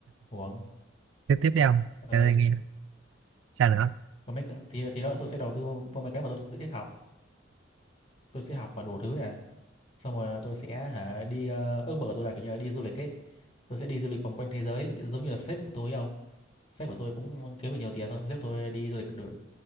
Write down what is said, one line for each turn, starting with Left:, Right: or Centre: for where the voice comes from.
Left: uổng
Right: tiếp tiếp đi ông
Left: ừ
Right: cho tôi nghe sao nữa
Left: còn mấy cái- thì thì đó tôi sẽ đầu tư vào mấy cái mà tôi thực sự thích học tôi sẽ học và đủ thứ nè xong rồi tôi sẽ hả đi ờ, ước mơ của tôi là kiểu như là đi du lịch ấy tôi sẽ đi du lịch vòng quanh thế giới giống như là sếp của tôi ấy không sếp của tôi cũng kiếm được nhiều tiền xong sếp tôi đi du lịch được